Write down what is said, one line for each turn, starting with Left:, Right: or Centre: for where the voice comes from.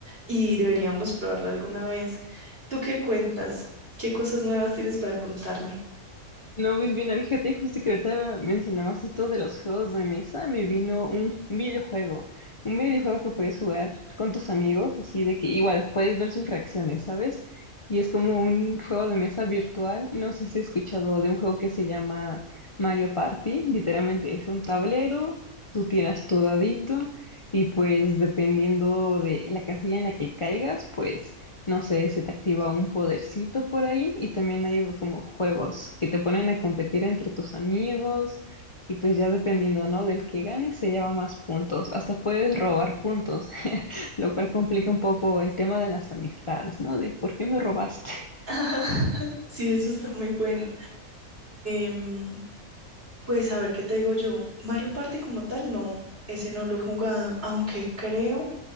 Right: y deberíamos probarlo alguna vez. ¿Tú qué cuentas? ¿Qué cosas nuevas tienes para contarme?
Left: No, pues bien, fíjate, justo que ahorita mencionabas esto de los juegos de mesa, me vino un un videojuego, un videojuego que puedes jugar con tus amigos, así de que igual puedes ver sus reacciones, ¿sabes? Y es como un juego de mesa virtual, no sé si has escuchado de un juego que se llama Mario Party, literalmente es un tablero, tú tiras tu dadito y pues dependiendo de la casilla en la que caigas, pues no sé, se te activa un podercito por ahí y también hay como juegos que te ponen a competir entre tus amigos y pues ya dependiendo, ¿no? Del que gane se lleva más puntos, hasta puedes robar puntos, <laughs> lo cual complica un poco el tema de las amistades, ¿no? De por qué me robaste. <laughs>
Right: <laughs> Sí, eso está muy bueno. Em, pues a ver, ¿qué te digo yo? Mario Party como tal, no, ese no lo he jugado, aunque creo